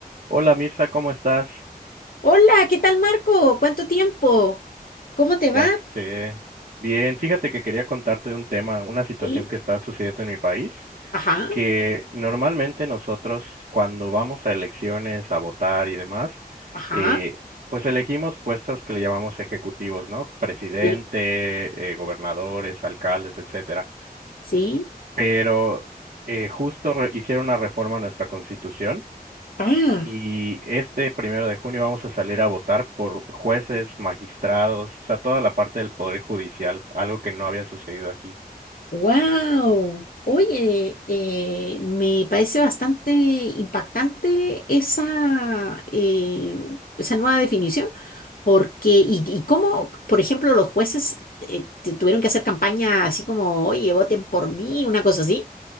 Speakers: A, on the right (about 60°); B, on the left (about 65°).
A: Hola Mirza, ¿cómo estás?
B: Hola, ¿qué tal Marco? ¿Cuánto tiempo? ¿Cómo te
A: Ya
B: va?
A: sé. Bien, fíjate que quería contarte de un tema, una situación
B: Sí.
A: que está sucediendo en mi país,
B: Ajá,
A: que normalmente nosotros cuando vamos a elecciones, a votar y demás,
B: ajá,
A: eh, pues elegimos puestos que le llamamos ejecutivos, ¿no? Presidente,
B: sí,
A: eh, gobernadores, alcaldes, etcétera.
B: sí.
A: Pero eh, justo re- hicieron una reforma a nuestra constitución
B: Ah,
A: Y este primero de junio vamos a salir a votar por jueces, magistrados, o sea, toda la parte del Poder Judicial, algo que no había sucedido aquí.
B: wow. Oye, eh, me parece bastante impactante esa, eh, esa nueva definición, porque, y, y cómo, por ejemplo, los jueces eh, te- tuvieron que hacer campaña así como, oye, voten por mí, una cosa así.